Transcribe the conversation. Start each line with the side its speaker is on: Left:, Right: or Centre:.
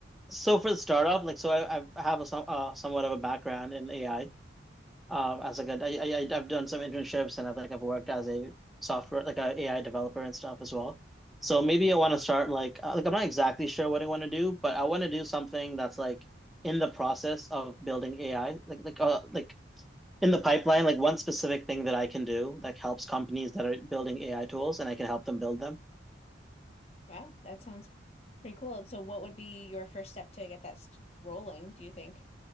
Centre: so for the startup, like so I, I have a some uh, somewhat of a background in AI. uh, as like a, I, I, I've done some internships and I like I've worked as a software like a AI developer and stuff as well. So maybe I want to start like uh, like I'm not exactly sure what I want to do, but I want to do something that's like in the process of building AI, like like uh, like in the pipeline, like one specific thing that I can do that helps companies that are building AI tools and I can help them build them.
Left: Wow, that sounds pretty cool. So what would be your first step to get that s- rolling, do you think?